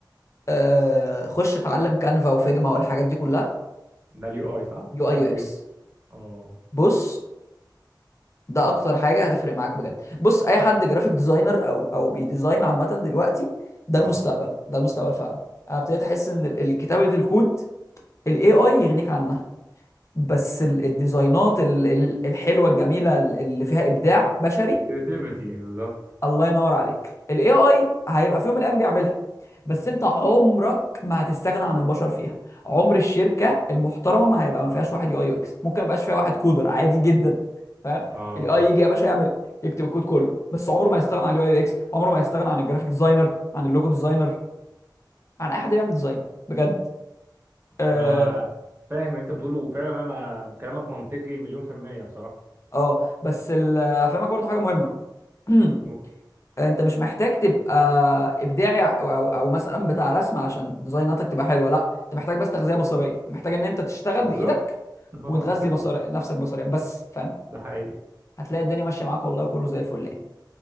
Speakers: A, on the left; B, on the right.
A: آه خش اتعلم
B: يو اي
A: كانفا وفيجما والحاجات دي كلها
B: ده اليو اي صح
A: يو
B: يو
A: اي
B: اي
A: يو
B: ويو
A: اكس
B: اه
A: بص ده اكتر حاجة هتفرق معاك بجد بص اي حد جرافيك ديزاينر او او بيديزاين عامة دلوقتي ده
B: اه
A: المستقبل ده المستقبل فعلا انا ابتديت احس ان ال- الكتابة الكود الاي اي يغنيك عنها بس ال- الديزاينات ال- ال- الحلوه الجميله ال- اللي فيها ابداع بشري
B: كريتيفيتي بالظبط
A: الله ينور عليك الاي اي هيبقى في يوم من الايام بيعملها بس انت عمرك ما هتستغنى عن البشر فيها عمر الشركه المحترمه ما هيبقى ما فيهاش واحد يو اي يو اكس ممكن ما يبقاش فيها واحد كودر عادي جدا فاهم
B: اه
A: الاي اي يجي يا باشا يعمل يكتب الكود كله بس عمره ما هيستغنى عن اليو اي يو اكس عمره ما هيستغنى عن الجرافيك ديزاينر عن اللوجو ديزاينر عن اي حد بيعمل ديزاين بجد اه
B: انا فاهم انت بتقوله وفعلا انا كلامك منطقي مليون في المية بصراحة
A: آه. بس ال- افهمك برضو حاجه مهمه <clears throat>
B: أوه.
A: انت مش محتاج تبقى ابداعي او او أو مثلا بتاع رسم عشان ديزايناتك تبقى حلوه لا انت محتاج بس تغذيه بصريه محتاج ان انت تشتغل
B: بالظبط
A: بايدك
B: اه
A: وتغذي بصري نفسك بصريا بس فاهم
B: <laughs> ده حقيقي
A: هتلاقي الدنيا ماشيه معاك والله كله زي الفل يعني